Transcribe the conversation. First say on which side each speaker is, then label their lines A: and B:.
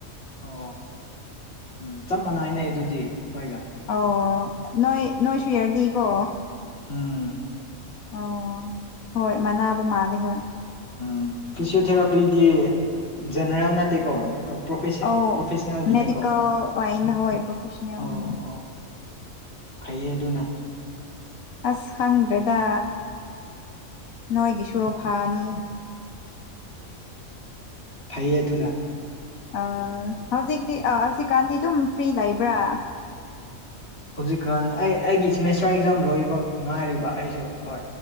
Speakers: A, on the left (about 50°); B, on the left (about 85°).
A: ꯑꯣ ꯎꯝ ꯆꯞ ꯃꯥꯟꯅꯩꯅꯦ ꯑꯗꯨꯗꯤ ꯈꯣꯏꯒ
B: ꯑꯣ ꯅꯣꯏ ꯅꯣꯏ ꯁꯨ ꯌꯥꯔꯂꯤ ꯀꯣ
A: ꯎꯝ
B: ꯑꯣ ꯍꯣꯏ ꯃꯅꯥꯟꯅꯕ ꯃꯥꯜꯂꯦ ꯍꯣꯏ
A: ꯎꯝ ꯐꯤꯖꯤꯌꯣ ꯊꯦꯔꯥꯄꯤꯗꯤ ꯖꯦꯅꯦꯔꯦꯜ ꯅꯠꯇꯦꯀꯣ ꯑ ꯄ꯭ꯔꯣꯐꯦꯁꯦ
B: ꯑꯧ
A: ꯄ꯭ꯔꯣꯐꯦꯁꯅꯦꯜꯒꯤꯅꯦꯀꯣ
B: ꯃꯦꯗꯤꯀꯦꯜ ꯂꯥꯏꯟ ꯍꯣꯏ ꯄ꯭ꯔꯣꯐꯦꯁꯅꯦꯜ
A: ꯑꯣ
B: ꯎꯝ
A: ꯑꯣ ꯐꯩꯌꯦ ꯑꯗꯨꯅ
B: ꯑꯁ ꯈꯪꯗ꯭ꯔꯦꯗ ꯅꯣꯏꯒꯤꯁꯨ ꯐꯅꯤ
A: ꯐꯩꯌꯦ ꯑꯗꯨꯅ
B: ꯑ ꯍꯧꯖꯤꯛꯇꯤ
A: ꯎꯝ
B: ꯑ ꯍꯧꯖꯤꯛꯀꯥꯟꯗꯤ ꯑꯗꯨꯝ ꯐ꯭ꯔꯤ ꯂꯩꯕ꯭ꯔꯥ
A: ꯍꯧꯖꯤꯛꯀꯥꯟ ꯑꯩ ꯑꯩꯒꯤ ꯁꯦꯃꯦꯁꯇ꯭ꯔ ꯑꯦꯛꯖꯥꯝ ꯂꯣꯏꯕ ꯉꯥꯏꯔꯤꯕ ꯑꯩꯁꯨ ꯍꯣꯏ